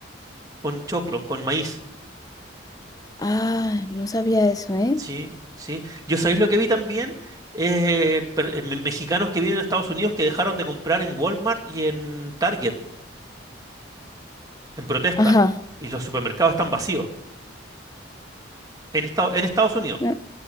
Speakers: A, on the right; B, on the left.
A: con choclo, con maíz.
B: Ah, no sabía eso, ¿eh?
A: Sí, sí. Yo sabéis lo que vi también, Eh, per- eh, me- mexicanos que viven en Estados Unidos que dejaron de comprar en Walmart y en Target en protesta
B: Ajá.
A: y los supermercados están vacíos en Estados en Estados Unidos.
B: mm,